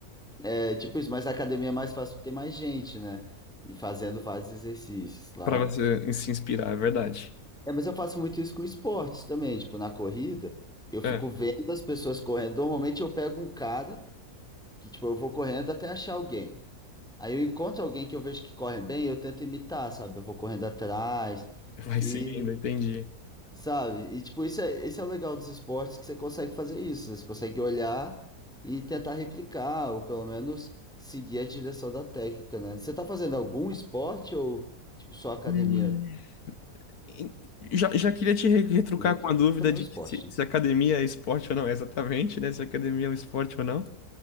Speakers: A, in the centre; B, on the left.
A: É, tipo isso, mas na academia é mais fácil porque tem mais gente, né? E fazendo vários exercícios. Lá
B: Pra você se inspirar, é verdade.
A: É, mas eu faço muito isso com esportes também, tipo, na corrida, eu fico
B: É,
A: vendo as pessoas correndo. Normalmente eu pego um cara que, tipo, eu vou correndo até achar alguém. Aí eu encontro alguém que eu vejo que corre bem, eu tento imitar, sabe? Eu vou correndo atrás
B: <laughs> vai
A: e,
B: seguindo, entendi.
A: sabe? E, tipo, isso é, isso é o legal dos esportes, que você consegue fazer isso, né? Você consegue olhar e tentar replicar, ou pelo menos seguir a direção da técnica, né? Você tá fazendo algum esporte ou, tipo, só academia
B: Hum. E- Já, já queria te re- retrucar
A: mesmo?
B: com a dúvida
A: Que também
B: de
A: é um esporte,
B: que se, se
A: né?
B: academia é esporte ou não, é exatamente, né? Se academia é um esporte ou não.